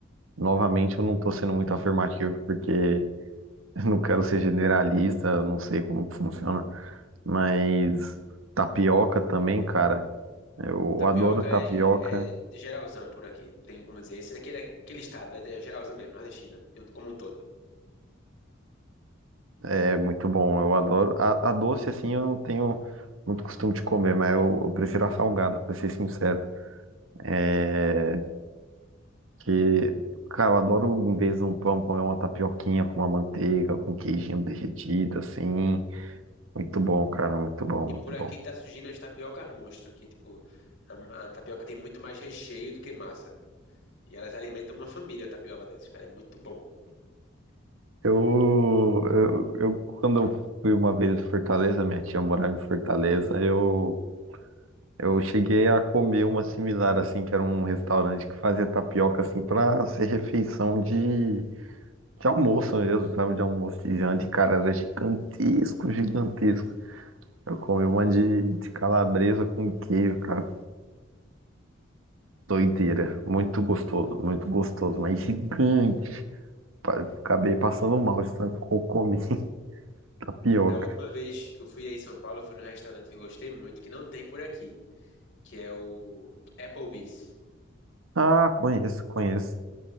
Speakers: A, on the right; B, on the left.
A: Novamente, eu não tô sendo muito afirmativo, porque <laughs> eu não quero ser generalista, eu não sei como que funciona. Mas tapioca também, cara. Eu
B: Tapioca
A: adoro tapioca.
B: é, é geralzão por aqui, não tem como dizer. Esse daqui é daquele estado, é, é geralzão mesmo, não é da China, é um- como um todo.
A: É muito bom, eu adoro. A, a doce, assim, eu não tenho muito costume de comer, mas eu, eu prefiro a salgada, pra ser sincero. É. Que, cara, eu adoro, em vez de um pão, comer uma tapioquinha com uma manteiga, com queijinho derretido, assim. Muito bom, cara, muito bom,
B: E
A: muito
B: por
A: bom.
B: aqui tá surgindo as tapiocas monstro, que tipo, a, a tapioca tem muito mais recheio do que massa. E elas alimentam uma família, a tapioca dessas, cara, é muito bom.
A: Eu, eu, eu quando eu fui uma vez em Fortaleza, minha tia morava em Fortaleza, eu. Eu cheguei a comer uma similar, assim, que era um restaurante que fazia tapioca, assim, pra ser refeição de De almoço, eu usava de almoço, de janta, e cara, era gigantesco, gigantesco. Eu comi uma de, de calabresa com queijo, cara. Doideira. Muito gostoso, muito gostoso, mas gigante. Pa- Acabei passando mal de tanto que eu comi <laughs> tapioca.
B: Da última vez que eu fui aí em São Paulo, eu fui num restaurante que eu gostei muito, que não tem por aqui, que é o Applebee's.
A: Ah, conheço, conheço.